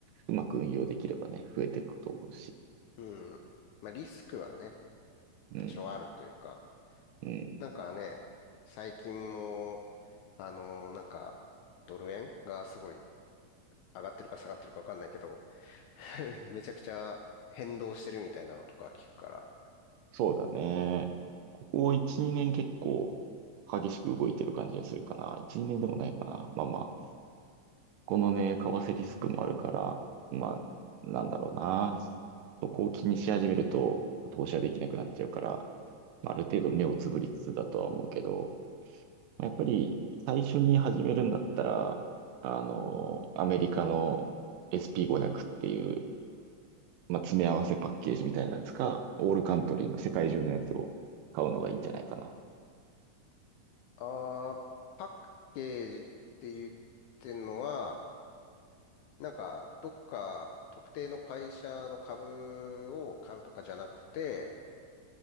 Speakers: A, on the right; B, on the left.
A: うまく運用できればね、増えていくと思うし。
B: うん。まあリスクはね、
A: うん、
B: 多少あるというか、
A: うん。
B: なんかね、最近も、あのーなんか、ドル円がすごい上がってるか下がってるかわかんないけど、<laughs> めちゃくちゃ変動してるみたいなのとか聞くから。
A: そうだね。ここ1、2年結構激しく動いてる感じがするかな。1、2年でもないかな。まあまあ、このね、為替リスクもあるから、まあ、なんだろうな。そこを気にし始めると投資はできなくなっちゃうから、まあ、ある程度目をつぶりつつだとは思うけど、やっぱり最初に始めるんだったら、あの、アメリカの SP500 っていうまあ、詰め合わせパッケージみたいなやつか、オールカントリーの世界中のやつを買うのがいいんじゃないかな。
B: あー、パッケージって言ってんのは、なんか、どっか特定の会社の株を買うとかじゃなくて、